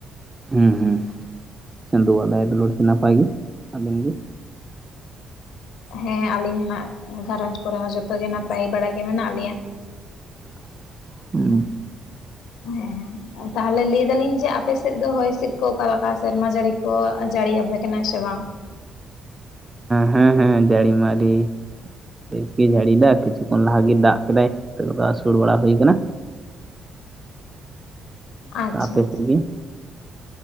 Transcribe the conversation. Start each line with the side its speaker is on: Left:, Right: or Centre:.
Right: ᱦᱩᱸ ᱦᱩᱸ ᱪᱟᱸᱫᱚᱣᱟᱜ ᱫᱟᱭᱟ ᱫᱩᱞᱟᱹᱲ ᱛᱮ ᱱᱟᱯᱟᱭ ᱜᱮ ᱟᱵᱮᱱ ᱜᱮ?
Left: ᱦᱮᱸ ᱟᱹᱞᱤᱧ ᱦᱚᱸ ᱱᱷᱟᱜ ᱜᱷᱟᱨᱚᱸᱧᱡᱽ ᱠᱚᱨᱮ ᱦᱚᱸ ᱡᱚᱛᱚ ᱜᱮ ᱱᱟᱯᱟᱭ ᱵᱟᱲᱟ ᱜᱮ ᱢᱮᱱᱟᱜ ᱞᱮᱭᱟ᱾
Right: <inaudible> ᱦᱩᱸ
Left: ᱦᱮᱸᱻ ᱛᱟᱦᱚᱞᱮ ᱞᱟᱹᱭ ᱫᱟᱹᱞᱤᱧ ᱡᱮ ᱟᱯᱮ ᱥᱮᱫ ᱫᱚ ᱦᱚᱭ ᱦᱤᱸᱥᱤᱫ ᱠᱚ ᱚᱠᱟ ᱞᱮᱠᱟ ᱥᱮᱨᱢᱟ ᱡᱟᱹᱲᱤ ᱠᱚ ᱡᱟᱹᱲᱤ ᱟᱯᱮ ᱠᱟᱱᱟᱭ ᱥᱮ ᱵᱟᱝ
Right: ᱦᱮᱸ ᱦᱮᱸ ᱡᱟᱹᱲᱤ ᱢᱟ ᱟᱹᱰᱤ ᱵᱮᱥ ᱜᱮᱭ ᱡᱷᱟᱹᱲ ᱮᱫᱟᱭ ᱠᱤᱪᱷᱩ ᱠᱷᱚᱱ ᱞᱟᱦᱟ ᱜᱮ ᱫᱟᱜ ᱠᱮᱫᱟᱭ ᱱᱤᱛᱚᱜ ᱫᱚ ᱟᱹᱥᱩᱲ ᱵᱟᱲᱟ ᱦᱩᱭ ᱟᱠᱟᱱᱟ
Left: ᱟᱪᱪᱷᱟ
Right: ᱟᱯᱮ
Left: ᱟᱪᱪᱷᱟ
Right: ᱥᱮᱫ ᱜᱮ?